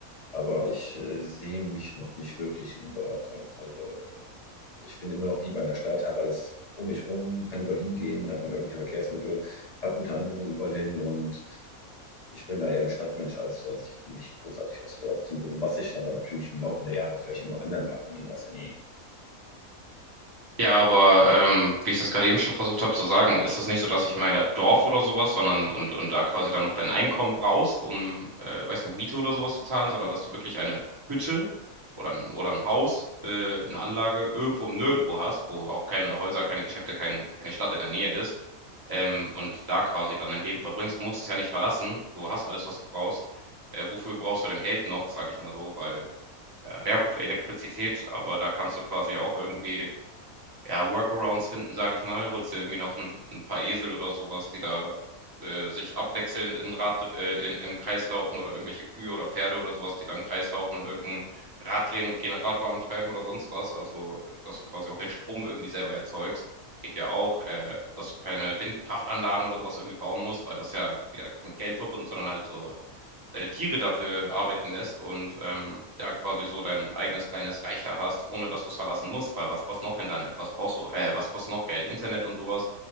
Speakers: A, on the left; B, on the right.
A: Aber ich äh, sehe mich noch nicht wirklich in einem Dorf. Ja. Also ich bin immer noch lieber in der Stadt, habe alles um mich rum, kann überall hingehen, habe meine öffentlichen Verkehrsmittel, habe gute Anbindung überall hin und ich bin da eher ein Stadtmensch, als dass ich mich großartig aufs Dorf ziehen würde. Was sich aber natürlich im Laufe der Jahre vielleicht immer noch ändern mag. ne? Man weiß ja nie.
B: Ja, aber ähm, wie ich das gerade eben schon versucht habe zu sagen, ist es nicht so, dass ich meine Dorf oder sowas, sondern und, und da quasi dann noch dein Einkommen brauchst, um, äh, weiß nicht, Miete oder sowas zu zahlen, sondern dass du wirklich eine Hütte oder ein, oder ein Haus, äh, eine Anlage irgendwo im Nirgendwo hast, wo auch keine Häuser, keine Geschäfte, kein, keine Stadt in der Nähe ist, ähm, und da quasi dann dein Leben verbringst. Du musst es ja nicht verlassen, du hast alles, was du brauchst. Äh, wofür brauchst du denn Geld noch, sage ich mal so, weil, äh, ja gut, Elektrizität, aber da kannst du quasi auch irgendwie ja, Workarounds finden, sage ich mal. Holst dir irgendwie noch ein, ein paar Esel oder sowas, die da äh, sich abwechselnd in Rad, äh, in, im Kreis laufen oder irgendwelche Kühe oder Pferde oder sowas, die da im Kreis laufen und irgendein Rad drehen und Generator antreiben oder sonst was. Also, dass du quasi auch den Strom irgendwie selber erzeugst. Geht ja auch, äh, dass du keine Windkraftanlagen oder sowas irgendwie bauen musst, weil das ja wieder mit Geld verbunden, sondern halt so deine Tiere dafür arbeiten lässt und ähm, ja quasi so dein eigenes kleines Reich da hast, ohne dass du es verlassen musst, weil was kostet noch Internet? Was brauchst du? Äh, was kostet noch Geld? Internet und sowas